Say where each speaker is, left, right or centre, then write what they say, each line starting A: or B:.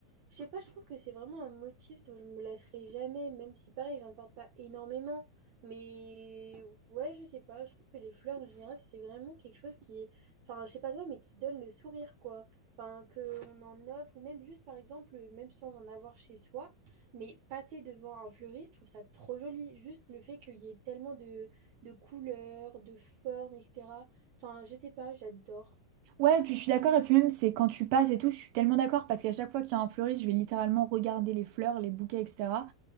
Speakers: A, on the right; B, on the right.
A: Je sais pas, je trouve que c'est vraiment un motif dont je me lasserai jamais, même si pareil, j'en porte pas énormément. Mais ouais, je sais pas, je trouve que les fleurs en général, c'est vraiment quelque chose qui, enfin, je sais pas toi, mais qui donne le sourire, quoi. Enfin, qu'on en offre, ou même juste, par exemple, même sans en avoir chez soi, mais passer devant un fleuriste, je trouve ça trop joli. Juste le fait qu'il y ait tellement de, de couleurs, de formes, etc. Enfin, je sais pas, j'adore.
B: Ouais, et puis je suis d'accord, et puis même c'est quand tu passes et tout, je suis tellement d'accord parce qu'à chaque fois qu'il y a un fleuriste, je vais littéralement regarder les fleurs, les bouquets, etc.